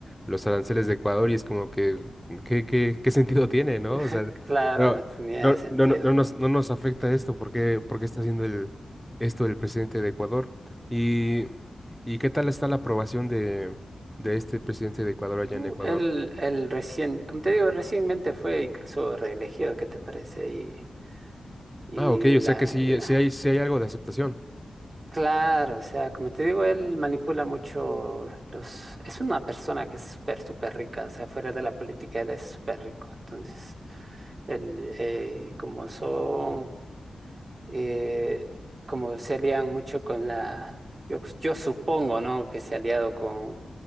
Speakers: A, in the centre; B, on the right (about 45°).
A: los aranceles de Ecuador y es como que, ¿qué, qué, qué sentido tiene, no?
B: <laughs>
A: O sea,
B: Claro,
A: no,
B: no tenía
A: no,
B: sentido.
A: no, no, no nos, no nos afecta esto, ¿por qué, por qué está haciendo el, esto el presidente de Ecuador? Y, ¿y qué tal está la aprobación de de este presidente de Ecuador allá
B: Uh,
A: en Ecuador.
B: él, él recién, como te digo, recientemente fue incluso reelegido, ¿qué te parece? Y, y
A: Ah, ok,
B: la,
A: o sea que sí,
B: la-
A: sí hay, sí hay algo de aceptación.
B: Claro, o sea, como te digo, él manipula mucho los... Es una persona que es súper, súper rica, o sea, fuera de la política él es súper rico. Entonces, él, eh, y como son eh, como se alían mucho con la, yo, yo supongo, ¿no? Que se ha aliado con